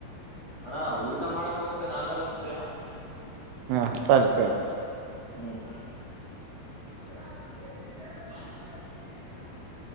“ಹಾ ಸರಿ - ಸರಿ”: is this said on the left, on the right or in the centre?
Right